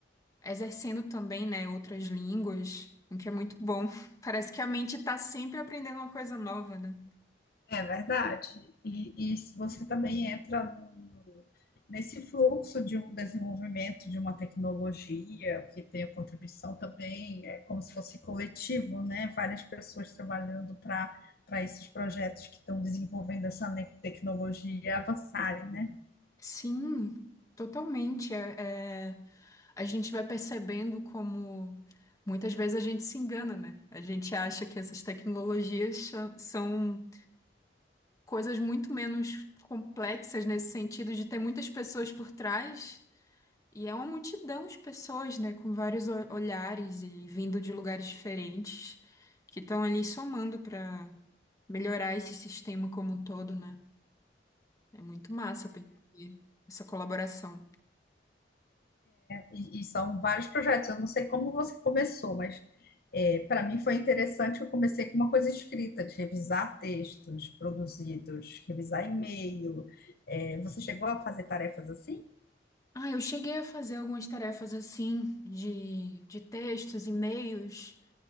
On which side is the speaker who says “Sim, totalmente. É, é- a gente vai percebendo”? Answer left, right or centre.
Left